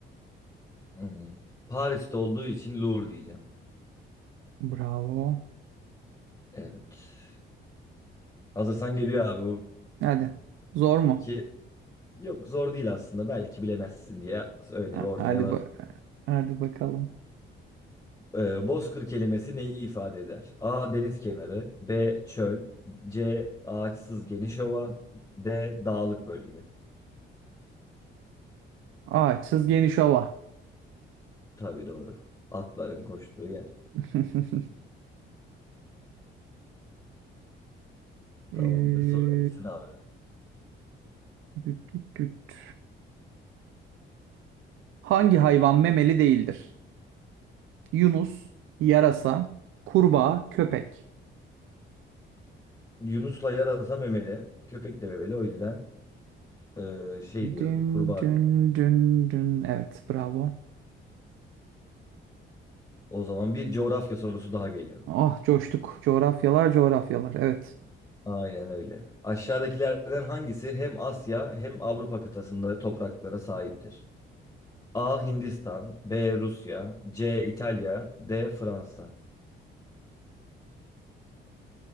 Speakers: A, on the left (about 20°); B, on the right (about 85°).
A: Hmm. Paris'te olduğu için Louvre diyeceğim.
B: Bravo.
A: Evet. Hazırsan geliyor abi bu
B: Hadi. Zor mu?
A: iki. Yok zor değil aslında. Belki bilemezsin diye öyle
B: Ha-
A: bir ortaya
B: Hadi
A: laf.
B: ba hadi bakalım.
A: Ee, bozkır kelimesi neyi ifade eder? A. Deniz kenarı. B. Çöl. C. Ağaçsız geniş ova. D. Dağlık bölge.
B: Aa, çiz geniş ova.
A: Tabii doğru. Atların koştuğu yer.
B: <laughs> Ee,
A: Tamamdır. Sorabilirsin abi.
B: tüt tüt tüt. Hangi hayvan memeli değildir? Yunus, yarasa, kurbağa, köpek.
A: Yunus'la yarasa memeli. Köpek de memeli. O yüzden ee, şey diyorum.
B: Dün
A: Kurbağa
B: dün
A: diyorum.
B: dün dün. Evet, bravo.
A: O zaman bir coğrafya sorusu daha geliyor.
B: Ah, coştuk. Coğrafyalar, coğrafyalar. Evet.
A: Aynen öyle. Aşağıdakilerden hangisi hem Asya hem Avrupa kıtasında topraklara sahiptir? A. Hindistan B. Rusya C. İtalya D. Fransa